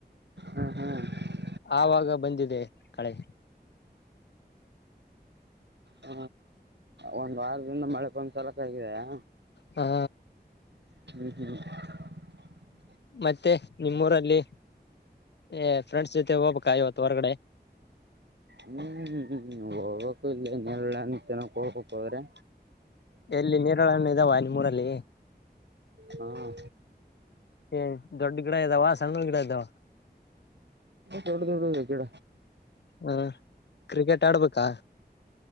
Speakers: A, on the right (about 80°); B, on the left (about 80°).
A: ಹ್ಮ್ ಹ್ಮ್
B: ಆವಾಗ ಬಂದಿದೆ ಕಳೆ
A: ಹ ಒಂದ್ ವಾರದಿಂದ ಮಳೆ ಬಂದ್ ಸಲಕ ಆಗಿದೆಯಾ
B: ಹಾ
A: ಹ
B: ಮತ್ತೆ ನಿಮ್ಮೂರಲ್ಲಿ ಏ ಫ್ರೆಂಡ್ಸ್ ಜೊತೆ ಹೋಗ್ಬೇಕ ಇವತ್ತು ಹೊರಗಡೆ
A: ಹ್ಮ್್ಮ್ ಹೋಗ್ಬೇಕು ಇಲ್ಲ ನ್ನಲ್ಲ ಅ ತನಕ್ ಹೋಗ್ಬೇಕಕ್ ಅವ್ರೆ
B: ಎಲ್ಲಿ ನೀರಳ್ಣ ಇದಾವ ನಿಮ್ಮೂರಲ್ಲಿ
A: ಹಾಂ
B: ಏ ದೊಡ್ಡ ಗಿಡ ಇದ್ದಾವ ಸಣ್ಣ ಗಿಡ ಇದ್ದಾವ
A: ದಡ ದಡದ ಕಡ
B: ಹಾ ಕ್ರಿಕೆಟ್ ಆಡ್ಬೇಕಾ